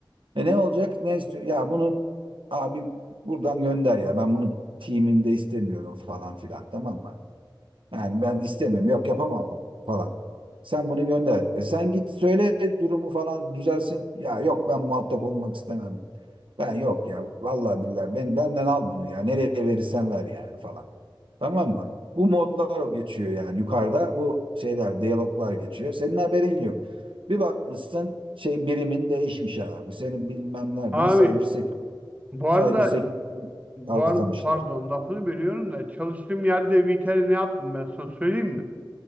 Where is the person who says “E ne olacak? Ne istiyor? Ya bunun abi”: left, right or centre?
Right